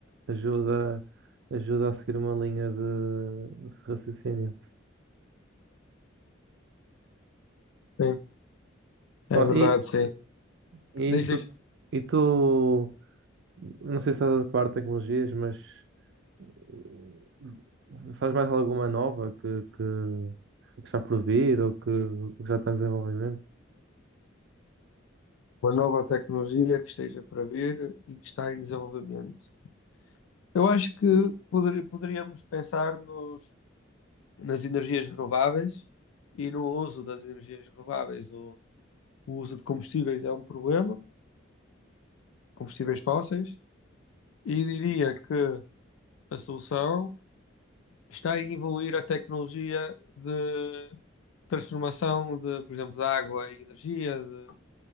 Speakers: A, on the right (about 65°); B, on the left (about 80°).
A: ajuda, ajuda a seguir uma linha de, de raciocínio.
B: Sim, é
A: Bom,
B: verdade,
A: e,
B: sim.
A: e
B: dizes
A: tu, e tu Não sei se estás a par de tecnologias, mas eh, sabes mais alguma nova que, que, que está por vir ou que, que já está em desenvolvimento?
B: uma nova tecnologia que esteja para vir e que está em desenvolvimento. Eu acho que poder- poderíamos pensar nos, nas energias renováveis e no uso das energias renováveis. O, o uso de combustíveis é um problema, combustíveis fósseis e diria que a solução está em evoluir a tecnologia de transformação de, por exemplo, de água em energia, de,